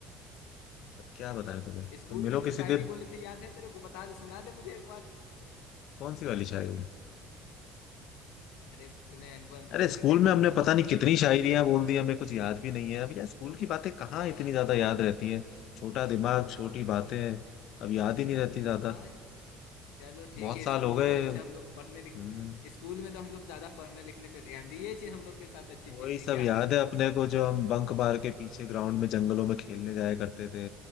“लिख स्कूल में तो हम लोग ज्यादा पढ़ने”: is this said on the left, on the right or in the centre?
Left